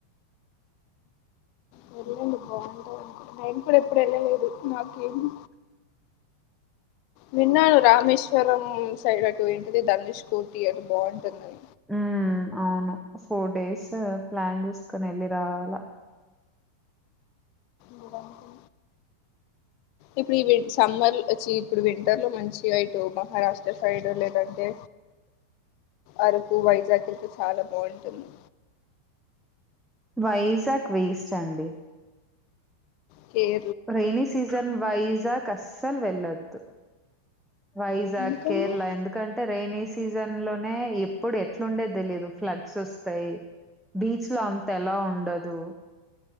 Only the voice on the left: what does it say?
వెళ్ళండి బాగుంటాది అంట మైం కూడా ఎప్పుడు వెళ్ళలేదు నాకేమీ విన్నాను రామేశ్వరం సైడ్ అటు ఏంటిది ధనుష్ కోటి అటు బాగుంటుందని
గుడంకి ఇప్పుడు ఈ విన్ సమ్మర్ చ్చి ఇప్పుడు వింటర్ లో మంచిగా ఇటు మహారాష్ట్ ష్ట్ర సైడ్ లేదంటే అరకు వైజాగ్ ఏళ్తే చాలా బాగుంటుంది
ఓకే
ఎందుకండి